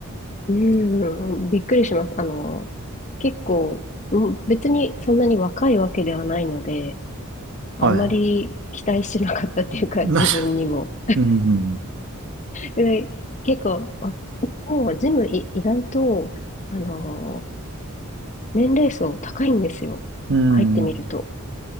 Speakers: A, on the left; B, on the right.
A: うん、びっくりします。あの、結構、うん別にそんなに若いわけではないので、あまり期待してなかったっていうか、
B: はい。<laughs> な、
A: <laughs> 自分にも。
B: うん。
A: で、結構、わもうジムい意外と、あのー年齢層高いんですよ。
B: うん。
A: 入ってみると。